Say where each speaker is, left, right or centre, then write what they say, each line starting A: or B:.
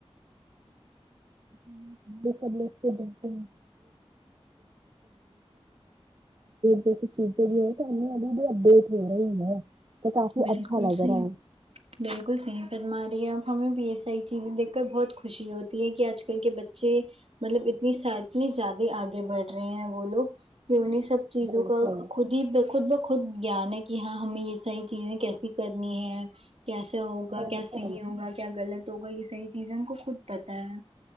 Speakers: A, on the right; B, on the right.
A: <inaudible> تو اپڈیٹ جس چیز بھی ہے کرنی وال بھی اپڈیٹ جو رہا ہی ہے تو کافی
B: بالکل
A: اچھا لگ
B: صحیح
A: رہا ہے
B: بالکل صحیح فرما رہی ہے اب ہمیں بھی یہ ساری چیزیں دیکھ کر بہت خوشی ہوتی ہے کہ آج کل کے بچے مطلب اتنی اتنے زیادہ آگے بڑھ رہے ہیں وہ لوگ کہ انہیں سب چیزوں
A: بالکل
B: کا خود ہی خود بخود گیان ہے کہ ہاں ہمیں یہ ساری چیزیں کیسی کرنی ہے کیسا ہوگا
A: بالکل
B: کیا صحیح ہوگا کیا غلط تو ہوگا یہ صحیح چیزیں ان کو خود پتہ ہے